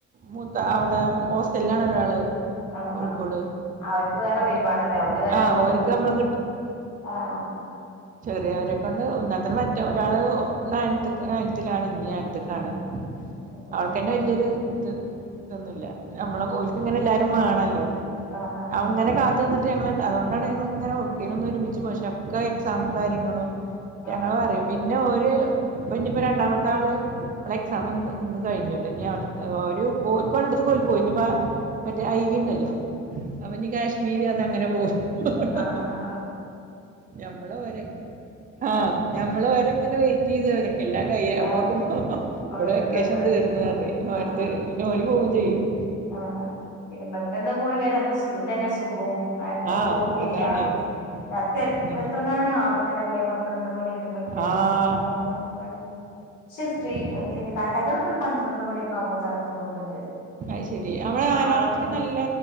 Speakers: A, on the right; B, on the left.
A: മൂത്ത അവിടെ ഹോസ്റ്റൽലാണ് ഒരാള്
B: ആഹ്
A: കോഴിക്കോട്
B: ആഹ് അവർക്ക് വേറെ
A: രണ്ട
B: വൈബാണല്ലോ അവര് വേറെ
A: ആഹ്
B: പോവും
A: ഓര്ക്ക്
B: ഉം
A: നമ്മളെ
B: ആഹ്
A: ചെറിയവരെക്കൊണ്ട് ഒന്നാത്തത് മറ്റ ഒരാള് നയൻത്ത്ക്ക്‌ നയൻത്തിലാണ് ഇനിയ ത്ത് കാണ്
B: ഉം ഉം ഉം
A: അവൾക്കെന്നെ
B: ഉം
A: വല്ലിയോരു ഇത്
B: ഉം
A: ഇതൊന്നുല്ല നമ്മള
B: ഉം
A: ഓൽക്ക്ങ്ങനെ
B: ഉം.
A: എല്ലാരും വാണല്ലോ
B: ആ ആ
A: അവുങ്ങനെ
B: ആ
A: കാത്തുനി ന്നിട്ട് ഞങ്ങള്ങ്ങ് അതുകൊണ്ടാണ് ഞങ്ങള്ങ്ങനെ എവ്ട്ക്കേലൊന്ന് ഒരുമിച്ച് പക്ഷെ അവ്ക്ക് എക്സാമും കാര്യങ്ങളും ഞങ്ങൾ
B: ആ
A: പറയും
B: ആ
A: പിന്നെ ഓര് ഇപ്പം ഇനിപ്പം രണ്ടാമത്താള് ഓളെക്സാമ് ഒന്ന് ഇന്ന് കഴിഞ്ഞു ഇനി അട്ത്തെ ഒരു കോയ്ക്കോട് അടുത്തൊക്കെ ഓൽ പോയിനി ഇനിപ്പോ മറ്റേ ഐവിണ്ടല്ലോ അവന് കാശ്മീര് അതങ്ങനെ പോകും ഹഹ
B: ആഹ് ആഹ്
A: ഞമ്മളു ഓരെ ആഹ് ഞമ്മളു ഒരെങ്ങനെ വെയ്റ്റ് ചെയ്തു <unintelligible> എല്ലാം കയാ
B: ആഹ്
A: അപ്പോക്കുംഹഹ ഇവിടെ
B: ഓട്ടത്തത്
A: വെക്കേഷൻ തീർന്നു
B: ആഹ്
A: പറഞ്ഞ് ഓരട്ത്ത്
B: ആഹ്
A: പിന്ന ഓര് പോവും ചെയ്യും
B: ആഹ് ആഹ് പിന്നെ പെട്ടെന്ന് പോയി വരാന്ത് സുഖം തന്നെ സുഖം ന്നാ എപ്പം
A: ആഹ്
B: പോവും ചെയ്യാ
A: അതാണേ
B: രാത്രി എത്ര
A: അങ്ങനെ
B: എത്ര ആൾക്കാരല്ലെ പന്ത്രണ്ട് മണി ഒരു മണി രണ്ട്
A: ആഹ്
B: മണി പ്രായള്ളാൾക്കാര് ക്ഷെ ത്രീ
A: അങ്ങനെ
B: പിന്നെ കടകളൊക്കൊരു പന്ത്രണ്ട് മണിയൊക്കാമ്പത്തടക്കും തോന്ന്ണ്ട്
A: അയിശെരി അവള രാത്രി
B: ആൾക്കാര്
A: നല്ല